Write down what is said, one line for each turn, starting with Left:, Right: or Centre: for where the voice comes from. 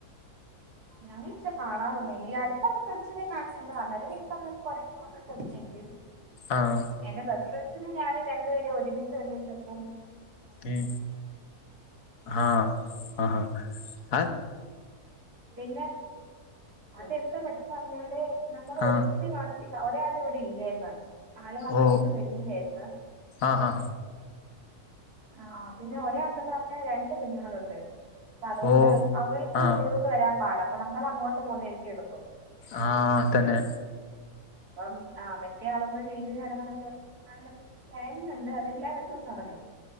Right: ഞങ്ങെ കാണാർന്നല്ല ഈ അടുത്തടെ ഫ്രണ്ട്സിനെ കാണാനണ്ട അന്നര വീട്ടന്ന കൊറേ <unintelligible> <unintelligible>
Left: ആഹ്
Right: എന്റെ ബസ് ഫ്രണ്ട്സിന് ഞാന് രണ്ടുപേരെ ഒരുമിച്ച് വണ്ടിട്ടപ്പോ
Left: ഏഹ് ആഹ് ആഹ് ഹാ
Right: പിന്നെ അതെന്താ പറ്റെന്ന് പറഞ്ഞാല് നമ്മൾ
Left: ആ
Right: ഒരു കാണ ഒരാല ഇവിടെ ഇല്ലേന്ന് ആള ഹസ്ബന്റ്റുടെ
Left: ഓ
Right: വെളിയിലാരുന്നു
Left: ആഹാ
Right: ആഹ് പിന്നെ ഒരാക്കുന്ന പറഞ്ഞ രണ്ട് കുഞ്ഞുങ്ങളുണ്ട് അപ്പ അതുകൊണ്ട്
Left: ഓ
Right: അവൾക്ക്
Left: ആ
Right: വളിലോട്ട് വരാൻ പാട അപ്പ നമ്മൾ അങ്ങോട്ട് പോകുന്നാ യിരിക്കും എളുപ്പം
Left: ആഹ് തന്നെ
Right: അപ്പം ആഹ് മറ്റേള് കൂടി ലീവിന് വണോ പ്ലാനിങ്ങ് ഉണ്ട് അതെല്ലാവ വക്കും തുടങ്ങും